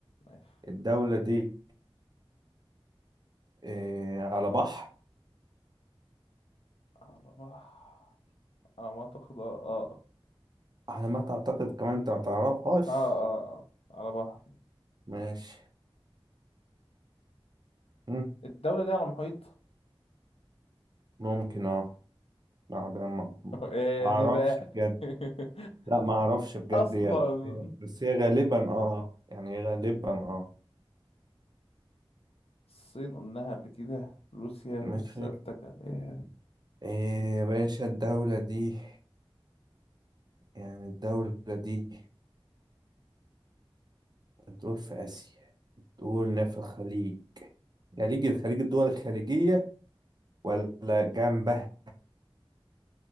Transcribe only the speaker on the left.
ماشي
على بحر على ما أعتقد اه اه
اه اه آه. على بحر
الدولة دي على محيط <laughs>
ايه
دي بقى <laughs>
أصلا
الصين قلناها قبل كده روسيا اللي
سألتك عليها